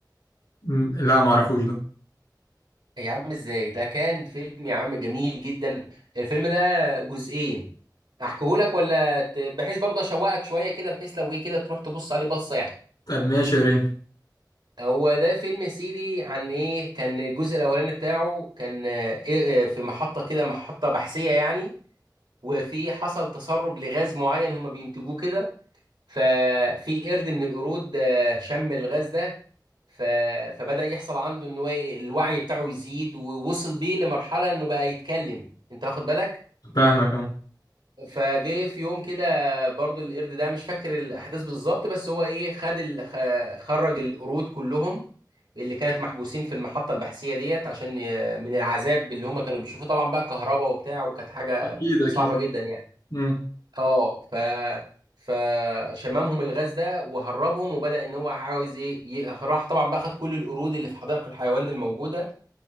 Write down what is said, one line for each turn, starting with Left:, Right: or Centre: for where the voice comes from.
Left: م- لا ما اعرفوش ده
Right: يا عم ازاي ده كان فيلم يا عم جميل جدا الفيلم ده جزئين احكيهولك ولا ت- بحيث برضه اشوقك شويه كده بحيث لو ايه كده تروح تبص عليه بصه يعني
Left: طب ماشي يا رين
Right: هو ده فيلم يا سيدي عن ايه كان الجزء الاولاني بتاعه كان آه، إيه آه، في محطة كده محطة بحثية يعني وفي حصل تسرب لغاز معين هم بينتجوه كده ففي قرد من القرود آه، شم الغاز ده ف... فبدأ يحصل عنده ان هو إيه، الوعي بتاعه يزيد ووصل بيه لمرحلة انه بقى يتكلم انت واخد بالك
Left: فاهمك اهو
Right: فجه في يوم كده برضو القرد ده مش فاكر الاحداث بالظبط بس هو ايه خد ال... خ- خرج القرود كلهم اللي كانت محبوسين في المحطه البحثيه ديت عشان ي- من العذاب اللي هم كانوا بيشوفوه طبعا بقى كهرباء وبتاع وكانت حاجه
Left: اكيد اكيد
Right: صعبه جدا يعني
Left: مم.
Right: اه ف فشممهم الغاز ده وهربهم وبدأ ان هو عاوز ايه ي... راح طبعا بقى خد كل القرود اللي في حدائق الحيوان الموجوده